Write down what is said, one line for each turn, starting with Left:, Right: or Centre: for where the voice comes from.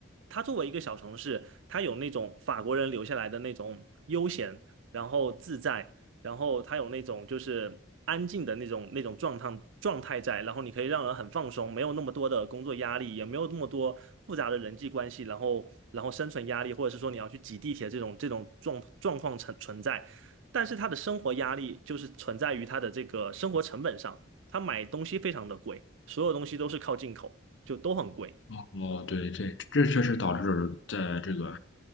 Right: 它作为一个小城市，它有那种法国人留下来的那种悠闲，然后自在，然后它有那种就是安静的那种那种状态状态在，然后你可以让人很放松，没有那么多的工作压力，也没有那么多复杂的人际关系，然后然后生存压力，或者是说你要去挤地铁这种这种状状况存存在。但是他的生活压力就是存在于他的这个生活成本上。他买东西非常的贵，所有东西都是靠进口，就都很贵。
Left: 哦，对对，这确实导致在这个